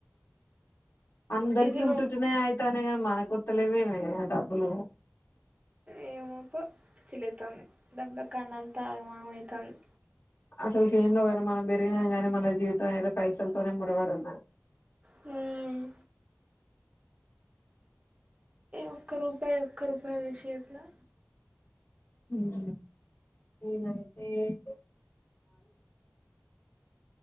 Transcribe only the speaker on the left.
అందరికి
ఉట్టుటినే అయితన్నాయి కానీ మనకొత్తలేవ్వేమే డబ్బులు
అసలు కే ఏందో కానీ మనం పెరిగినం మన జీవితం అయితే పైసలతోనే ముడిపడి ఉంది
లేకపోతే <inaudible>